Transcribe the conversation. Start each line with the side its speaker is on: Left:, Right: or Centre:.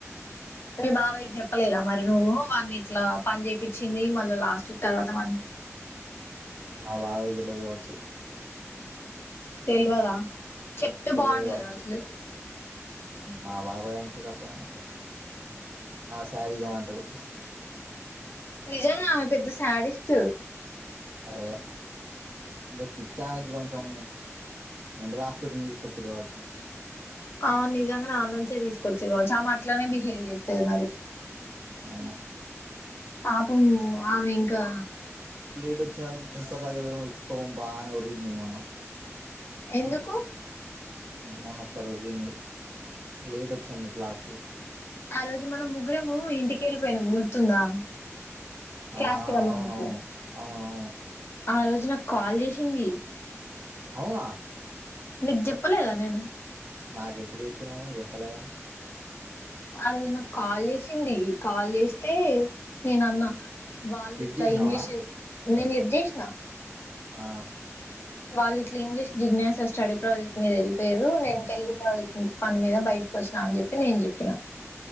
Left: మీ బాబాయ్ కి చెప్పలేదా మరి నువ్వు వాన్ని ఇట్లా పని చేపించింది మళ్ళీ లాస్ట్ తర్వాత వా
Right: మా మావయ్యకి తెలవదు గవచు
Left: తెలవద చెప్తే
Right: తెలవదు
Left: బాగుండు
Right: కావచ్చు
Left: కదా అసలు
Right: మా బబాయ్ అంటాడు అట్లనే శాడీగా ఉంటాడు
Left: నిజం ఆమె పెద్ద శడి ఇస్త
Right: అదే అే పిచ్చానికి కొంచెం మెంటల్ హాస్పిటల్ని తీసుకొచ్చి కావచ్చు
Left: ఆ నిజంగా నాన్న నుంచే తీసుకొచ్చేది కావచ్చు ఆమె అట్లనే బిహేవ్ చేస్తేది మరి
Right: అవును
Left: పాపం ఆమె ఇంకా
Right: ఇప్పుడు వచ్చాను ప్రిన్సిపల్ <unintelligible> బానే ఊరింది మౌన
Left: ఎందుకు
Right: ఏమనా ఒకసారి ఊరింది లేట్ వచనందుకు క్లాస్
Left: ఆ రోజు మనం ముగ్గురము ఇంటికి వెళ్ళిపోయినాం గుర్తుందా క్లాస్
Right: ఆ
Left: కి రమ్మన్నప్పుడు
Right: అవునువును అవునవును
Left: ఆ రోజు నాకు కాల్ చేసింది
Right: అవునా
Left: నీకు చెప్పలేదా నేను
Right: నాకు ఎప్పుడూ చెపినవ్ చేపలెగా
Left: ఆ రోజు నాకు కాల్ వేసింది కాల్ చేస్తే నేను అన్నా వాళ్ళు
Right: లిఫ్ట్
Left: ఇట్లా
Right: చేసినావా
Left: ఇంగ్లీష్ నేను లిఫ్ చేసిన
Right: ఆ
Left: వాళ్ళు ఇట్లా ఇంగ్లీష్ జిజ్ఞాసా స్టడీ ప్రాజెక్ట్ మీద వెళ్ళిపోయారు నేను తెలుగు ప్రాజెక్ట్ పని మీద బయటకి వచ్చినా అని చెప్పి నేను చెప్పిన